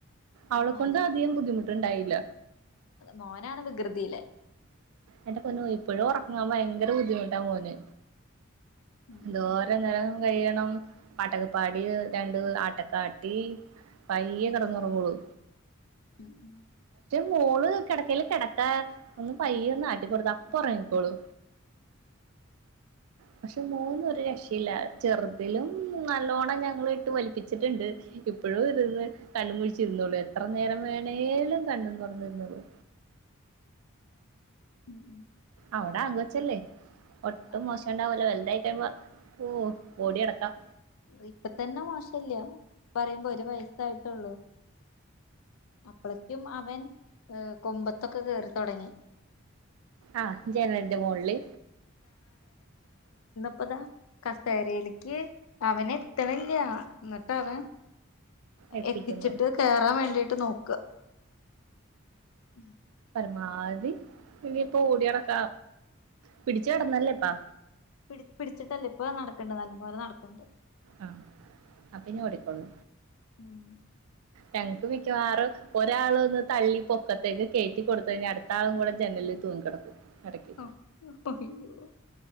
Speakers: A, on the right (about 85°); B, on the left (about 80°).
A: അവളെ കൊണ്ട്
B: അതെ
A: അധികം ബുദ്ധിമുട്ടുണ്ടായില്ല
B: മോനാണ് വികൃതിയിലെ
A: എന്റെ പൊന്നു ഇപ്പഴും ഉറങ്ങാൻ ഭയങ്കര ബുദ്ധിമുട്ടാ മോന്
B: ഉം
A: ന്തോരോ നേരം കഴിയണം പട്ടകപ്പാടി രണ്ട് ആട്ടക്കാട്ടി പയ്യ കിടന്നുറങ്ങോളൂ
B: ഉം ഉം
A: മോള് കിടക്കല് കിടക്കാ ഒന്ന് പയ്യെ ഒന്ന് ആട്ടിക്കൊടുത്ത അപ്പൊ ഉറങ്ങിക്കോളു പക്ഷെ മൂന്നും ഒരു രക്ഷയില്ല ചെറുതിലും നല്ലോണം ഞങ്ങ ഇട്ട് വലിപ്പിച്ചിട്ടുണ്ട് ഇപ്പോഴും ഇരുന്ന് കണ്ണും മുഴിച്ചിരുന്നുള്ളു എത്ര നേരം വേണമേലും കണ്ണും തുറന്നിരുന്നുള്ളു
B: ഉം ഉം
A: അവിടെ അങ്ക വച്ചല്ലേ
B: അത്
A: ഒട്ടും
B: അത്
A: മോശം ഉണ്ടാവലോ വെലുതായി കഴിയുമ്പോ ഓ ഓടി അടക്കാം
B: ഇപ്പ തന്നെ മോശല്ല പറയുമ്പോ ഞ്ച് വയസായിട്ടുള്ളൂ അ റ്റും അവൻ ഏ കൊമ്പത്തൊക്കെ കേയറി തുടങ്ങി
A: ആ ജനന്റെ മുകളില്
B: അപ്പതാ കസേരയിലേക്ക് അവന എത്തണില്ല എന്നിട്ട അവൻ
A: എത്തിക്കുന്നു
B: എത്തിച്ചിട്ട് കേറാൻ വേണ്ടിട്ട് നോക്കുക ഉം
A: മാതി ഇനിയിപ്പ ഓടിടക്ക പിടിച്ച് കിടന്നല്ലേപ്പാ
B: പി പിടിച്ചിട്ടല്ലേ ഇപ്പൊ നടക്കണ്ട് നല്ല പോലെ നടക്കുന്നുണ്ട്
A: ആ അ പിന്നെ ഓടിക്കോളൂ
B: ഉം
A: ഞങ്ങക്ക് മിക്കവാറും ഒരാള് ഒന്ന് തള്ളി പൊക്കത്തേക്ക് കേറ്റി കൊടുത്ത കഴിഞ്ഞ അടുത്ത ആളും കൂടെ ജനില്ല ത് തൂങ്ങി കിടക്കും ഇടയ്ക്ക്
B: ആഹ് <unintelligible>